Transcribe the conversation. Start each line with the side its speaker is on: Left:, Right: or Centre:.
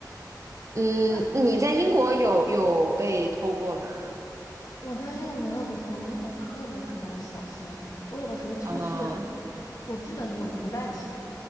Right: 嗯，
Left: 那
Right: 你在英国有有被偷过吗？
Left: 我在英国没有被偷过，因为我特别特别的小心。我有的时候出去，
Right: 啊、
Left: 我基本我不带钱。